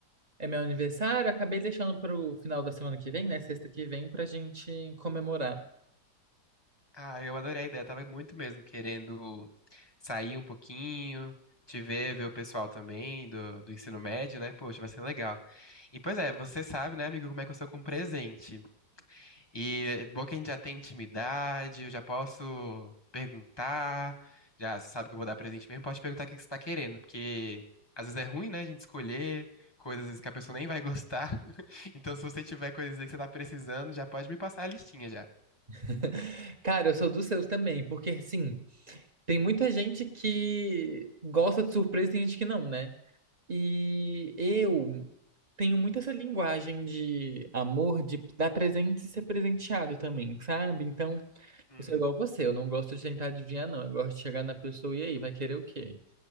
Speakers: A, on the right (about 30°); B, on the left (about 15°).
A: É meu aniversário, acabei deixando pro final da semana que vem, né? Sexta que vem, pra gente comemorar.
B: Ah, eu adorei a ideia. Tava muito mesmo querendo sair um pouquinho, te ver, ver o pessoal também do, do ensino médio, né? Poxa, vai ser legal. E pois é, você sabe, né, amigo, como é que eu sou com presente. E é bom que a gente já tem intimidade, eu já posso perguntar, já sabe que eu vou dar presente mesmo, pode perguntar o que que você tá querendo, porque às vezes é ruim, né, a gente escolher coisas às vezes, que a pessoa nem vai gostar. <laughs> Então, se você tiver coisas aí que você tá precisando, já pode me passar a listinha já.
A: <laughs> Cara, eu sou dos seus também, porque assim, tem muita gente que gosta de surpresa e tem gente que não, né? E eu tenho muito essa linguagem de amor, de dar presente e ser presenteado também, sabe? Então,
B: Uhum.
A: eu sou igual você, eu não gosto de tentar adivinhar, não. Eu gosto de chegar na pessoa e aí, vai querer o quê?